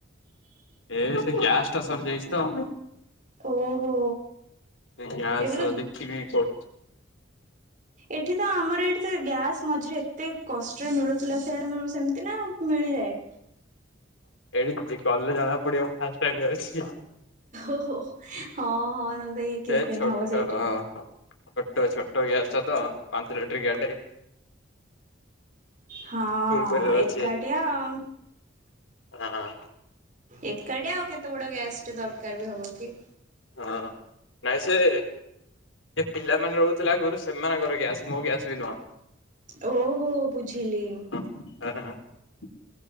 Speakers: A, on the left; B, on the right.
A: ଏ ସେ ଗ୍ୟାସ୍ ଟା ସରିଯାଇଛି ତ
B: ଓହୋ
A: ସେ ଗ୍ୟାସ
B: ଏବେ ତ
A: <unintelligible>
B: ଏଠି ତ ଆମର ଏଇଠି ତ ଗ୍ୟାସ୍ ମଝିରେ ଏତେ କଷ୍ଟରେ ମିଳୁଥିଲା ସେଇଆଡ଼େ କ ସେମିତି ନା ମିଳିଯାଏ।
A: ଏଇଠି ଗଲେ ଜଣା ପଡିବ ଫାଷ୍ଟ ଟାଇମି ଯାଉଛି।
B: ଓ ହଁ ହଁ ତମ ଇ
A: ସେ
B: କିଛି ଦିନ
A: ଛୋଟ
B: ହବ ସେଇଠି।
A: ଛୋଟ ଛୋଟ ଗ୍ୟାସ ଟା ତ ପାଞ୍ଚ ଲିଟର ଗ୍ୟାଟ୍ ଟା।
B: ହଁ
A: ଫୁଲ କରିବାର
B: ଏକାଠିଆ
A: ଅଛି
B: ଆଉ।
A: ହଁ।
B: ଏକାଟିଆ ଆଉ କେତେ ବଡ ଗ୍ୟାସ ଟେ ଦରକାର ବି ହବ କି
A: ହଁ ନାଇଁ ସେ ଯେ ପିଲାମାନେ ରହୁଥିଲା ଗୋରୁ ସେମାନଙ୍କର ଗ୍ୟାସ ମୋ ଗ୍ୟାସ ବି ନୁହଁ।
B: ଓହୋ ବୁଝିଲି।
A: ହ।